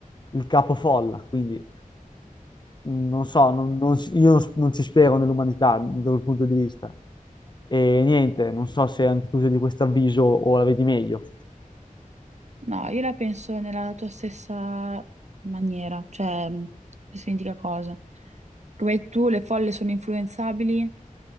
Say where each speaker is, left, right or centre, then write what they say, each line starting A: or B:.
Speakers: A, on the left; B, on the right.
A: il capofolla. Quindi non so, non- non- io non, non ci spero nell'umanità da quel punto di vista. E niente, non so se anche tu sei di questo avviso o la vedi meglio.
B: No, io la penso nella tua stessa maniera, cioè stessa identica cosa. Come tu, le folle sono influenzabili